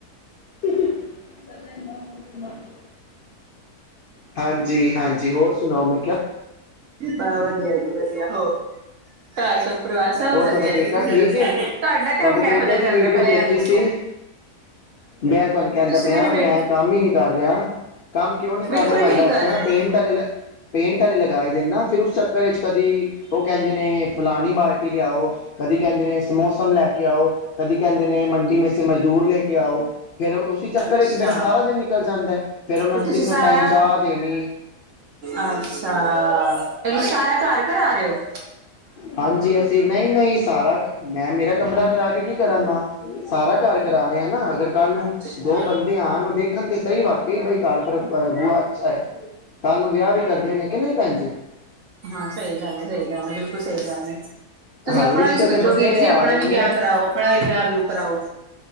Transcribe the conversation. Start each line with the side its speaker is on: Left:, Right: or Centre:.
Left: <inaudible> ਹਾਂਜੀ-ਹਾਂਜੀ, ਹੋਰ ਸੁਨਾਓ ਮੈਂ ਕੇਆ
Right: ਹਾਂ, ਵਦੀਆ ਜੀ ਵਦੀਆ ਹੋਰ ਘਾਰ ਸਬ ਪਰਿਵਾਰ ਸਬ
Left: ਹੋਰ
Right: ਵਦੀਆ
Left: ਤੁਹਾਡਾ ਬੇਟਾ
Right: ਜੀ ਤੁਸੀਂ
Left: ਠੀਕ
Right: ਦੱਸੋ,
Left: ਏ
Right: ਤੁਆਡਾ
Left: ਤੁਹਾਡੇ
Right: ਕਾੰਮ ਕੈਹੋ
Left: ਬੇਟੇ
Right: ਜਾ
Left: ਦੀ
Right: ਚੱਲਦੈ
Left: ਵੀਡੀਓ
Right: ਪੈਲੇ
Left: ਦੇਖੀ
Right: ਐ ਦੱਸੋ?
Left: ਸੀ ਮੈਂ ਤੁਹਾਨੂੰ ਕਹਿੰਦਾ
Right: ਤੁਸੀਂ
Left: ਪਿਆ
Right: ਮੇਰੇ ਵੇਟ
Left: ਮੈਂ ਕੰਮ ਈ ਨੀ ਕਰ ਰਿਆ। ਕੰਮ ਕੇਓ ਨੀ ਕਾਰ
Right: ਬਿਲਕੁਲ
Left: ਰੇਆ ਤੁਹਾਨੂੰ
Right: ਵੀ ਨੀ
Left: ਦਾੱਸ
Right: ਕਰ
Left: ਰੇਆਂ
Right: ਰਹੇ
Left: ਪੇਂਟ ਵਾਲੇ ਲੋ ਪੇਂਟ ਵਾਲੇ ਲਗਾਏ ਨਾ ਫਿਰ ਉਸ ਚੱਕਰ ਵਿੱਚ ਕਦੀ ਉਹ ਕਹਿੰਦੇ ਨੇ ਫਲਾਣੀ ਬਾਲਟੀ ਲਿਆਓ ਕਦੀ ਕਹਿੰਦੇ ਨੇ ਸਮੋਸਮ ਲੈ ਕੇ ਆਓ, ਕਦੀ ਕਹਿੰਦੇ ਨੇ ਮੰਡੀ ਮੇ ਸੇ ਮਜ਼ਦੂਰ ਲੇ ਕੇ ਆਓ। ਫਿਰ ਓਸੀ ਚੱਕਰ
Right: ਅੱਛਾ
Left: ਚ ਮੇਰਾ ਸਾਰਾ ਦਿਨ ਨਿਕਲ ਜਾਂਦੈ, ਫੇਰ ਓਨਾ
Right: ਤੇ
Left: ਨੂੰ
Right: ਤੁਸੀਂ
Left: ਤਿੰਨੋ
Right: ਸਾਰਾ
Left: ਟਾਈਮ ਚਾਹ ਦੇਣੀ।
Right: ਅੱਛਾ, ਮਲਬ ਸਾਰਾ ਘਾਰ ਕਰਾ ਰੇ ਓ?
Left: ਹਾਂਜੀ, ਅਸੀਂ ਨਈ-ਨਈ ਸਾਰਾ ਮੈਂ ਮੇਰਾ ਕਮਰਾ ਕਰਾ ਕੇ ਕੀ ਕਰਾਂਗਾ। ਸਾਰਾ ਘਰ ਕਰਾ ਰਿਹਾ ਨਾ ਅਗਰ ਕਾਲੂ
Right: ਅੱਛਾ
Left: ਦੋ ਬੰਦੇ ਆਣ ਉਹ ਦੇਖਣ ਤੇ ਸਹੀ ਵਕਤ ਕੀ ਬਈ ਘਰ ਪਰ ਬੂਆ ਅੱਛਾ ਏ, ਕਾਲੂੰ ਵਿਆਹ ਵੀ ਕਰਨੇ ਨੇ ਕਿ ਨਈ ਭੈਣ ਜੀ।
Right: ਹਾਂ, ਸਈ ਗਾੱਲ ਏ ਸਈ ਏ ਬਿਲਕੁਲ ਸਈ ਗਾੱਲ ਏ। ਤੁਸੀਂ
Left: ਹਾਂ
Right: ਆਪਣਾ
Left: ਰਿਸ਼ਤੇ
Right: ਵੀ ਸੋਚੋ
Left: ਤੇ ਬਥੇਰੇ
Right: ਵੀਰ ਜੀ
Left: ਆ
Right: ਆਪਣਾ
Left: ਰਹੇ
Right: ਵੀ
Left: ਨੇ
Right: ਵਿਆਹ ਕਰਾਓ ਆਪਣਾ ਵੀ ਵਿਆਹ ਵਿਊਹ ਕਰਾਓ